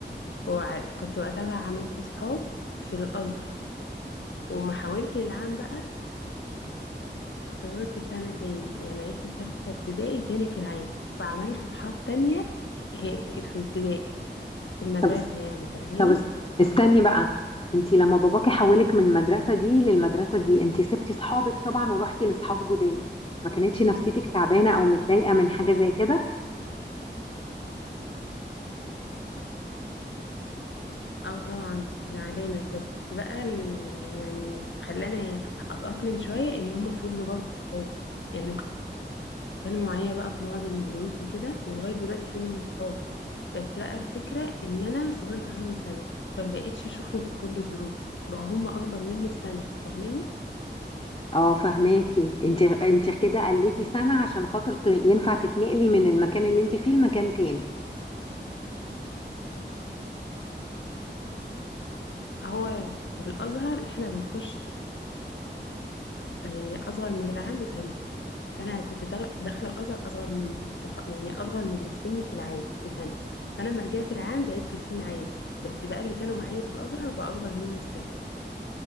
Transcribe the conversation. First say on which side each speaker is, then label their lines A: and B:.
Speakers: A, on the left (about 85°); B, on the left (about 30°).
A: وكنت وقتها بقى عملت صحاب في الازهر وما حاولت للعام بقى صغرت سنه تاني يعني عدت تالته ابتدائي تاني في العام فعملت صحاب تانية في ابتدائي في المدرسه
B: طب است-
A: يعني فاهماني
B: طب است- استني بقى انت لما باباكي حولك من المدرسه دي للمدرسه دي انت سبتي اصحابك طبعا ورحتي لاصحاب جداد ما كانتش نفسيتك تعبانه او متضايقه من حاجه زي كده
A: اه طبعا كنت زعلانة بس بقى ال- يعني خلاني اتأقلم شوية ان هم فضلوا برضو صحاب يعني كانوا معايا بقى في معظم الدروس وكده ولغاية دلوقتي في منهم صحاب بس بقى الفكرة ان انا صغرت عنهم سنة فمبقتش اشوفهم في كل الدروس بقى هم اكبر مني بسنة فاهماني
B: اه فهماكي انت انت كده قلتي سنه عشان خاطر ت- ينفع تتنقلي من المكان اللي انت فيه لمكان تاني
A: هو في الازهر احنا بنخش آه، اصغر من العام بسنة فانا كنت داغ- داخله الازهر اصغر من صح... يعني اصغر من اللي في سني في العام بسنه فانا لما رجعت العام بقيت في سن عادي بس بقى اللي كانوا معايا في الازهر بقى اكبر مني بسنه